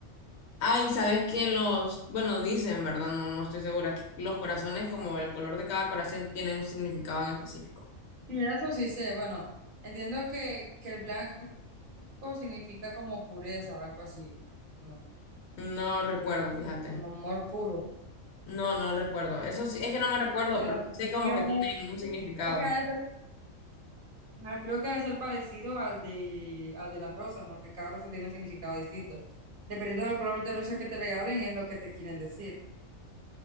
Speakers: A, on the left; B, on the right.
A: Ay, sabes que los, bueno, dicen, ¿verdad? No, no estoy segura, que los corazones como el color de cada corazón tienen un significado en específico.
B: Y eso sí sé, bueno, entiendo que, que el blanco significa como pureza, algo así, ¿no?
A: No recuerdo, fíjate.
B: Como amor puro.
A: No, no recuerdo. Eso sí, es que no me recuerdo,
B: El
A: pero
B: amarillo,
A: sí sé como que tienen un significado.
B: creo que ha Ah, creo que debe ser parecido al de, al de las rosas, ¿no? Que cada rosa tiene un significado distinto. Dependiendo del color de rosa que te regalen, es lo que te quieren decir.